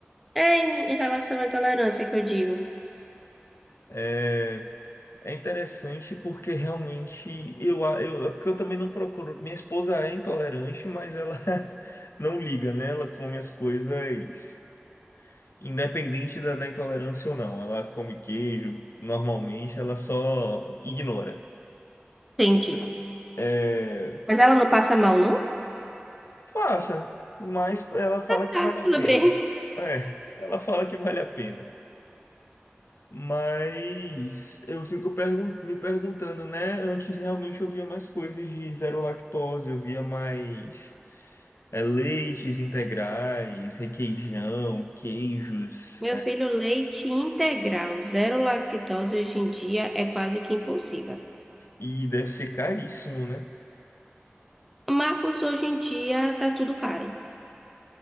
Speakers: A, in the centre; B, on the left.
A: É em, em relação à intolerância que eu digo.
B: é, é interessante porque realmente eu, a- eu, é porque eu também não procuro. Minha esposa é intolerante, mas ela <laughs> não liga, né? Ela come as coisas independente da, da intolerância ou não. Ela come queijo, normalmente, ela só ignora.
A: Entendi.
B: É,
A: Mas ela não passa mal, não?
B: passa, mas ela fala que
A: Tá,
B: vale a
A: tudo
B: pena.
A: bem.
B: É, ela fala que vale a pena. Mas eu fico pergun- me perguntando, né? Antes realmente eu via mais coisas de zero lactose, eu via mais é, leites integrais, requeijão, queijos.
A: Meu
B: é,
A: filho, leite integral, zero lactose hoje em dia é quase que impossível.
B: e deve ser caríssimo, né?
A: Marcos, hoje em dia tá tudo caro.